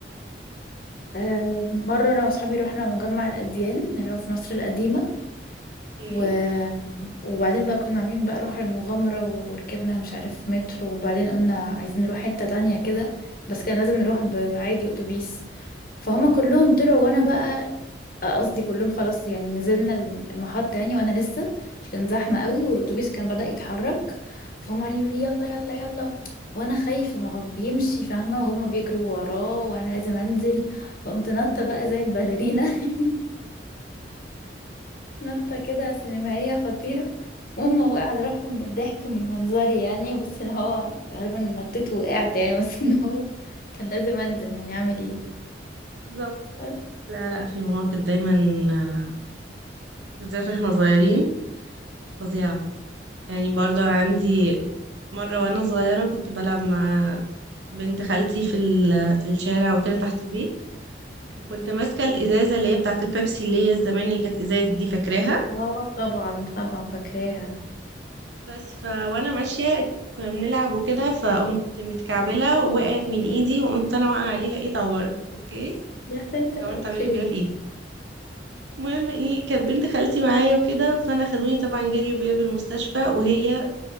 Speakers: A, on the left; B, on the right.
A: آه، مرة أنا وأصحابي رحنا مجمع الأديان اللي هو في مصر القديمة
B: ايه
A: و... وبعدين بقى كنا عاملين بقى روح المغامرة وركبنا مش عارف مترو وبعدين قلنا عايزين نروح حتة تانية كده بس كان لازم نروح بعادي أتوبيس فهم كلهم طلعوا وأنا بقى آه، قصدي كلهم خلاص يعني نزلنا الم- المحطة يعني وانا لسه مش كان زحمة قوي والاتوبيس كان بدأ يتحرك فهم قاعدين يقولوا لي يلا يلا يلا وانا خايفة ما هو بيمشي فاهمة وهما بيجروا وراه وانا لازم انزل فقمت نطة بقى زي الباليرينا <laughs> نطة كده سينمائية خطيرة المهم وقع على روحهم من الضحك من منظري يعني بس اللي هو غالبا نطيت وقعت يعني <laughs> بس ان هو كان لازم انزل يعني اعمل ايه
B: بالظبط
A: بس
B: لا لا في مواقف دايما آه، بالذات واحنا صغيرين فظيعة يعني برضو انا عندي مرة وانا صغيرة كنت بلعب مع بنت خالتي في ال- في الشارع وكده تحت البيت وكنت ماسكة الإزازة اللي هي بتاعة البيبسي اللي هي زمان اللي كانت إزاز دي فاكراها
A: اه طبعا طبعا فاكراها
B: بس ف وانا ماشيه كنا بنلعب وكده فقمت متكعبله ووقعت من ايدي وقمت انا واقعه عليها ايه طورت اوكي
A: يا ساتر
B: طورت
A: اوكي
B: تعويله كبيره في ايدي المهم ايه كانت بنت خالتي معايا وكده فانا خدوني طبعا جري بيا بالمستشفى وهي